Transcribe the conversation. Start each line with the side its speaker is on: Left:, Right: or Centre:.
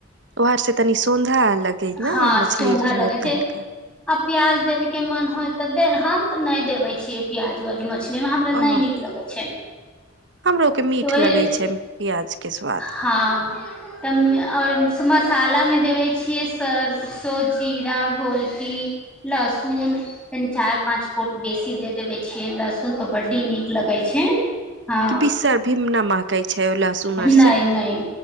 Right: ओरसँ तनी सौधा लगै ने
Centre: हँ
Right: मछलीे
Centre: सौंधा
Right: झोर
Centre: लगै छै
Right: तनिके
Centre: आ प्याज देबे के मन होय तऽ दे हम तऽ नय देवै छियै प्याज उआज मछली हमरा
Right: ओ
Centre: नय नीक लगै छै
Right: हमरो के मीठ
Centre: तऽ ओहि
Right: लगे
Centre: लेल
Right: छै प्याज के स्वाद
Centre: हँ तब आओर मसालामे देबै छियै सरसो जीरा घोलकी लहसुन तनि चारि पाँच पोट बेसी दे देबे छियै लहसुन सुन तो बड्डी नीक लगै छै हँ
Right: बिसर भीम नै महकै छै लहसून अर
Centre: नै नै नै